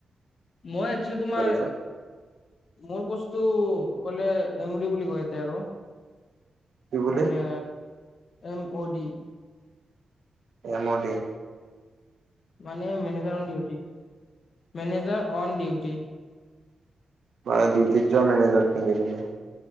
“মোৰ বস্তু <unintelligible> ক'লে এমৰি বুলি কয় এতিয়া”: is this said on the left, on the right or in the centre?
Left